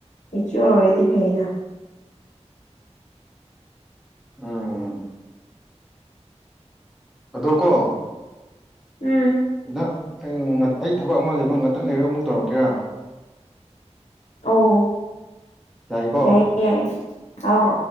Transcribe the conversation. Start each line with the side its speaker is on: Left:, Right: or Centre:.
Left: ꯃꯦꯆꯌꯣꯔ ꯑꯣꯏꯔꯗꯤ ꯐꯩꯅ
Centre: ꯎꯝ ꯑꯗꯣ ꯀꯣ
Left: ꯎꯝ
Centre: ꯗ ꯑꯩ ꯑꯩ ꯊꯕꯛ ꯑꯃ ꯂꯩꯕ ꯉꯥꯛꯇꯪ ꯂꯩꯔꯒ ꯑꯃꯨꯛ ꯇꯧꯔꯛꯀꯦꯔꯥ
Left: ꯑꯣ
Centre: ꯌꯥꯏꯀꯣ
Left: ꯌꯥꯏ ꯌꯥꯏ ꯑꯥꯎ